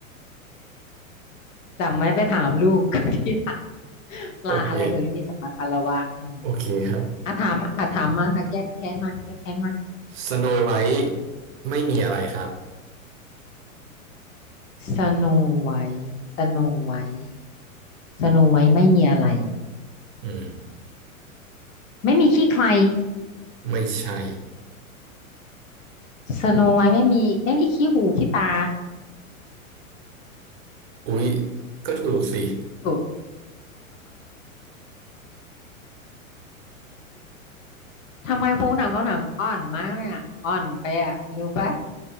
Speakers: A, on the left; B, on the right.
A: จำไม่ไปถามลูก <laughs> ทีหลังปลาอะไรเอ่ยไม่มีสัมมาคารวะอืม
B: โอเคโอเคครับ
A: อ่ะถามมาค่ะถามมาค่ะแก้แค้นมาแก้แค้นมา
B: สโนไวท์ไม่มีอะไรครับ
A: สโนไวท์สโนไวท์สโนไวท์ไม่มีอะไร
B: อืม
A: ไม่มีขี้ใคร
B: ไม่ใช่
A: สโนไวท์ไม่มีไม่มีขี้หูขี้ตา
B: อุ๊ยก็ถูกสิ
A: ถูก <laughs> ทำไมพงษ์ถามคำถามอ่อนมากเลยอ่ะอ่อนไปอ่ะรู้ปะ